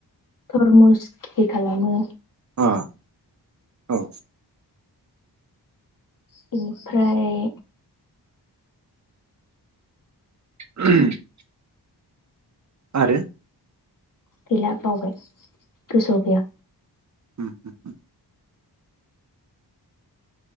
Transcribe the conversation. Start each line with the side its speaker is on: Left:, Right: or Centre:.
Left: धरमुस खेथि खालामो
Right: अ औ
Left: बेनिफ्राय
Right: <unintelligible> आरो?
Left: गैला बावबाय। गोसोआव गैया
Right: उम-उम